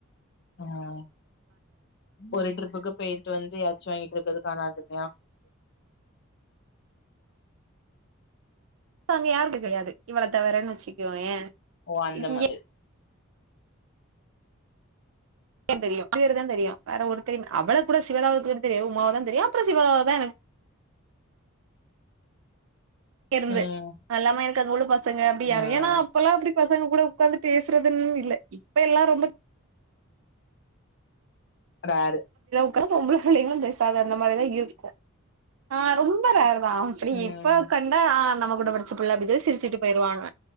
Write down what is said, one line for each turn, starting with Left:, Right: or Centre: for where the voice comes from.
Left: ம் ஒரு ட்ரிப்புக்கு பேயிட்டு வந்து ஏச்சு வாங்கிட்ருக்கது காணாதுல்லயா
Right: அங்க யாருக்கு கடையாது இவள தவிரன் வச்சுக்கோயே
Left: ஓ அந்த
Right: இங்க
Left: மாதிரி
Right: பேர் தெரியு பேரு தா தெரியு வேற ஒருத்தரையு அவ்வள கூட சிவதாவ குட தெரியு உமாவதா தெரியு அப்ற சிவதாவ தா எனக் கெருந்து
Left: ம்
Right: அல்லாம எனக்கு அங்க உள்ள பசங்க அப்டி யாரு
Left: ம்
Right: ஏனா அப்பல்லா அப்டி பசங்க கூட உக்காந்து பேசுறதுன் இல்ல இப்ப எல்லா ரொம்ப
Left: நாரு
Right: க்காந்து ஒம்புள புள்ளைங்களா பேசாது அந்த மாரிதா இருக்கு ஆ ரொம்ப ரே ரா அப்டி
Left: ம்
Right: இப்ப கண்டா ஆ நம்ம கூட படுச்ச புள்ள அப்டி சொல்லி சிரிச்சுட்டு போயிருவாங்க